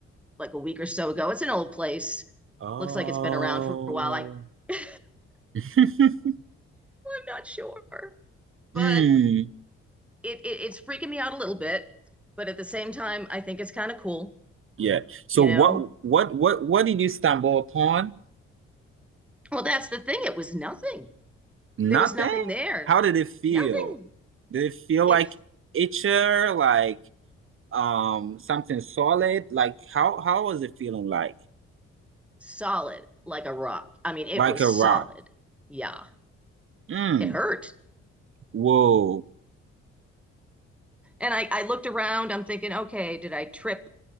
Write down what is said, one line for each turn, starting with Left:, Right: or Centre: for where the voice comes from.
Centre: like a week or so ago. It's an old place.
Right: Oh,
Centre: Looks like it's been around for a while. I, <laughs> I'm
Right: <laughs>
Centre: not sure, but
Right: Mm.
Centre: it, it it's freaking me out a little bit. But at the same time, I think it's kind of cool,
Right: Yeah. So
Centre: you know?
Right: what what what what did you stumble upon?
Centre: Well, that's the thing. It was nothing.
Right: Nothing?
Centre: There was nothing there.
Right: How did it feel?
Centre: Nothing.
Right: Did it feel
Centre: It's
Right: like itcher, like um something solid? Like how how was it feeling like?
Centre: solid like a rock. I mean, it
Right: Like
Centre: was
Right: a
Centre: solid.
Right: rock.
Centre: Yeah.
Right: Mm.
Centre: It hurt.
Right: Whoa.
Centre: And I, I looked around, I'm thinking, okay, did I trip